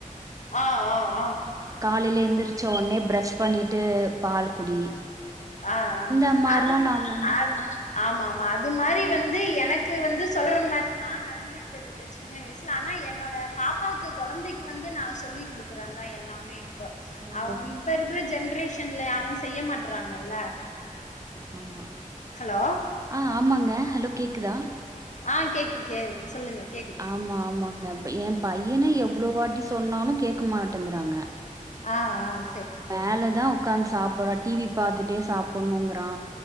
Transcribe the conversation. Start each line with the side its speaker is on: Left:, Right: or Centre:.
Left: ஆ ஆ ஆ
Right: ஆ காலைல எந்திரிச்சோனே பிரஷ் பண்ணிட்டு பால் குடி
Left: ஆ அ
Right: இந்த மாரிலா
Left: அது
Right: நாம
Left: அது ஆமா ஆமா அது மாரி வந்து எனக்கு வந்து சொல்ற மாதிரி நா நடந்துகிட்டது இல்ல சின்ன வயசுல ஆனா என்னோட பாப்பாக்கு கொழந்தைக்கு வந்து நா சொல்லி குடுக்குறந்தா எல்லாமே இப்பொ
Right: ஓ
Left: அவங்க இப்பருக்குற ஜென்ரேஷன்ல யாரு செய்ய மாட்றாங்கல்ல
Right: ஆமா
Left: ஹலோ
Right: ஆ ஆமாங்க ஹலோ கேக்குதா
Left: ஆ கேக்குக் கே சொல்லுங்க கேக்கு
Right: ஆமா ஆமாங்க எ பையன எவ்ளோ வாட்டி சொன்னாலு கேட்க மாட்டேங்கிறாங்க
Left: ஆ அ
Right: மேலதா உக்காந் சாப்பறா டி வி பாத்துட்டே சாப்பணுங்கிறா